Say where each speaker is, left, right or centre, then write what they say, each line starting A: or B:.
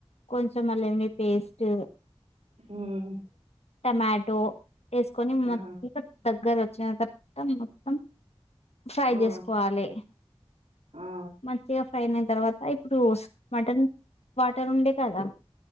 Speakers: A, on the left; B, on the right.
A: కొంచం అల్లంవెల్లి పేస్ట్
B: హ్మ్
A: టమాటో వేసుకొని మొత్త
B: ఆ
A: దగ్గర వచ్చిన తర్వాత మొత్తం ఫ్రై
B: ఆ
A: చేసుకోవాలే
B: ఆ
A: మంచిగా ఫ్రై అయిన తర్వాత ఇప్పుడు మటన్ వాటర్ ఉండే కదా